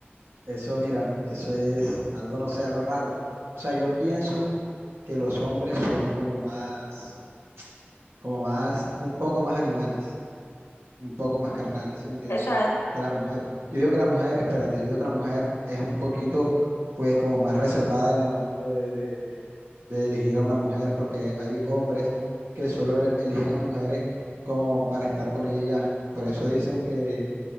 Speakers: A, on the right (about 80°); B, on the left (about 80°).
A: eso mira, eso es algo, no sé, algo raro. O sea, yo pienso que los hombres son como más, como más, un poco más animales, un poco más
B: Ok.
A: carnales, ¿sí me entiendes?
B: O sea,
A: Que la mujer. Yo digo que la mujer, espérate, yo digo que la mujer es un poquito, pues, como más reservada en el momento de, de- de- de elegir a una mujer, porque hay hombres que solo eligen a mujeres como para estar con ella y ya. Por eso dicen que